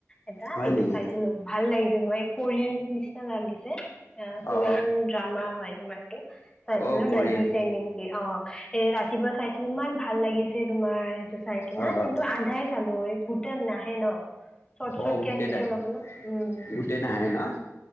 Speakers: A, on the left (about 15°); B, on the left (about 55°).
A: এটা,
B: হয়
A: সেইটো
B: নেকি?
A: চাইছিলো ভাল লাগিছে তোমাৰ কোৰিয়ান নিচিনা লাগিছে, আহ কোৰিয়ান
B: অ
A: ড্ৰামা হয় তোমাৰ। ছিলো, চাইছিলোঁ
B: অ
A: <unintelligible>
B: কৰিয়েল
A: বুলি অ, এ ৰাতিপুৱা চাইছিলো ইমান ভাল লাগিছে তোমাৰ সেইটো চাই কিনাই,
B: অ
A: কিন্তু আধাই চালো এই গোটেই নাহে ন। চৰ্ট চৰ্টকে
B: অ', গোটেই
A: আহে যে
B: নাহে,
A: অলপ অলপ উম
B: গোটেই নাহে ন?